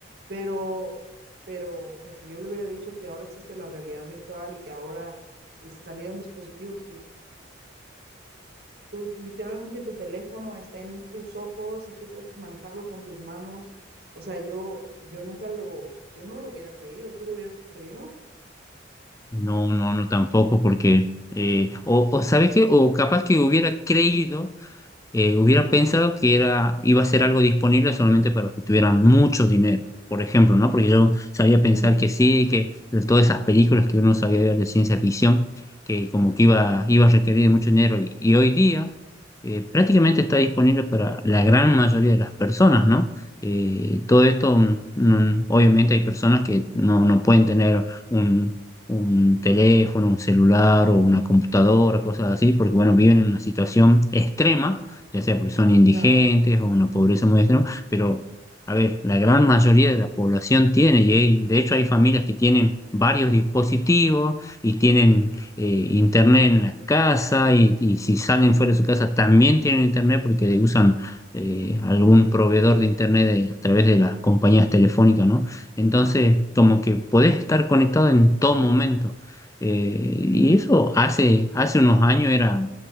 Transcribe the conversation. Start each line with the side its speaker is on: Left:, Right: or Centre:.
Right: pero, pero, o sea, que yo le hubiera dicho que ahora existe la realidad virtual y que ahora eh, salieron dispositivos que tú, literalmente tu teléfono está en tus ojos y tú puedes manejarlo con tus manos. O sea, yo, yo nunca lo, yo no lo hubiera creído, ¿tú lo hubieras creído?
Left: No, no, no tampoco, porque... eh, o, o ¿sabes qué? O capaz que hubiera creído eh, hubiera pensado que era, iba a ser algo disponible solamente para los que tuvieran mucho dinero, por ejemplo, ¿no? Porque yo sabía pensar
Right: Mm,
Left: que sí, que de todas esas películas que uno sabía ver de ciencia ficción, que como que iba, iba a requerir de mucho dinero. Y, y hoy día eh, prácticamente está disponible para la gran mayoría de las personas, ¿no? Eh, todo esto, mm, mm, obviamente hay personas que no, no pueden tener un... un teléfono, un celular o una computadora, cosas así, porque bueno, viven en una situación extrema ya sea porque son indigentes
Right: claro.
Left: o una pobreza muy extrema, pero a ver, la gran mayoría de la población tiene, y hay- de hecho hay familias que tienen varios dispositivos y tienen eh, internet en la casa y, y si salen fuera de su casa también tienen internet porque le usan eh, algún proveedor de internet de- a través de las compañías telefónicas, ¿no? Entonces, como que podés estar conectado en todo momento. Eh, y
Right: Ujú,
Left: eso hace, hace unos años era